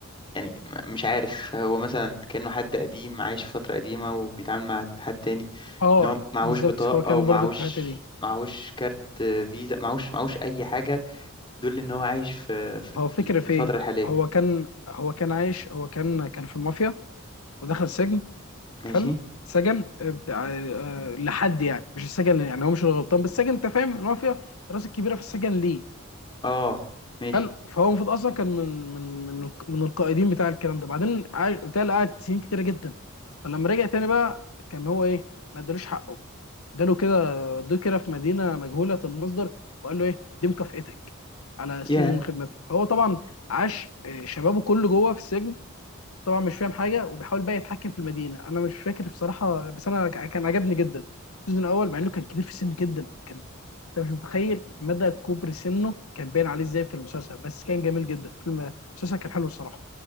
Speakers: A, on the left; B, on the left.
A: يعني م- مش عارف هو مثلا كأنه حد قديم عايش في فترة قديمة وبيتعامل مع حد تاني
B: اه
A: ان هو معهوش
B: بالظبط
A: بطاقة
B: هو كان
A: ومعهوش
B: برضك في الحته دي
A: معهوش كارت آه، فيزا معهوش معهوش اي حاجة تدل ان هو عايش في في
B: هو الفكره
A: في
B: في
A: الفترة
B: ايه
A: الحالية
B: هو كان هو كان عايش هو كان كان في المافيا ودخل سجن
A: ماشي
B: حلو سجن آه، آه، لحد يعني مش السجن يعني هو مش الغلطان بس السجن انت فاهم المافيا الراس الكبيره في السجن ليه
A: اه ماشي
B: حلو فهو المفروض اصلا كان من من من من القائدين بتاع الكلام ده بعدين قعد- بتاع اللي قعد سنين كتيره جدا فلما رجع تاني بقى كان هو ايه ما ادالوش حقه اداله كده ودوه كده في مدينه مجهوله المصدر وقال له ايه دي مكافئتك على سنين
A: يا
B: خدمتك فهو طبعا عاش آه، شبابه كله جوه في السجن طبعا مش فاهم حاجه وبيحاول بقى يتحكم في المدينه انا مش فاكر بصراحه بس انا ك- كان عجبني جدا السيزون الاول مع انه كان كبير في السن جدا كان انت مش متخيل مدى كبر سنه كان باين عليه ازاي في المسلسل بس كان جميل جدا فيلم المسلسل كان حلو الصراحه